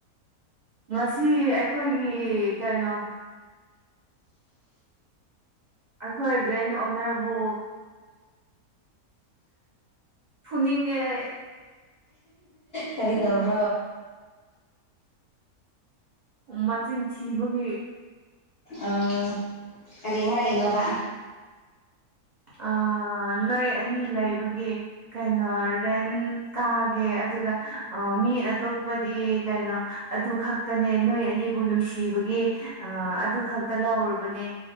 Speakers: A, on the right; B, on the left.
A: ꯉꯁꯤ ꯑꯩꯈꯣꯏꯒꯤ ꯀꯩꯅꯣ ꯑꯩꯈꯣꯏ ꯔꯦꯟ ꯑꯣꯅꯔꯕꯨ ꯐꯨꯅꯤꯡꯉꯦ ꯑꯩ
B: ꯀꯔꯤ ꯇꯧꯕ꯭ꯔꯣ
A: ꯃꯆꯤꯟ ꯊꯤꯕꯒꯤ
B: ꯑꯣ ꯀꯔꯤ ꯍꯥꯏꯔꯛꯏꯅꯣꯕ
A: ꯑꯥ ꯅꯣꯏ ꯑꯅꯤ ꯂꯩꯕꯒꯤ ꯀꯩꯅꯣ ꯔꯦꯟ ꯀꯥꯒꯦ ꯑꯗꯨꯒ ꯑꯥ ꯃꯤ ꯑꯇꯣꯞꯄꯗꯤ ꯀꯩꯅꯣ ꯑꯗꯨ ꯈꯛꯇꯅꯦ ꯅꯣꯏ ꯑꯅꯤꯕꯨ ꯅꯨꯡꯁꯤꯕꯒꯤ ꯑ ꯑꯗꯨ ꯈꯛꯇ ꯂꯧꯔꯕꯅꯦ